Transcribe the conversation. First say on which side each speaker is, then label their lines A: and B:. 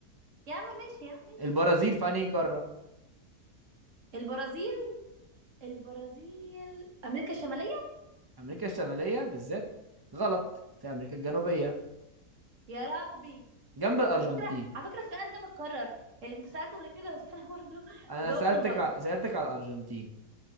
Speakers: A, on the right (about 55°); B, on the right (about 35°).
A: يا عم ماشي يا عم ماشي
B: البرازيل في أنهي قارة؟
A: البرازيل البرازيل أمريكا الشمالية
B: امريكا الشماليه بالذات غلط في امريكا الجنوبيه
A: يا ربي
B: جنب الارجنتين
A: على فكرة على فكرة السؤال ده متكرر انت سألته قبل كده بس انا برضو <laughs>
B: انا
A: جاوبته
B: سالتك
A: غلط
B: ع- سالتك على الارجنتين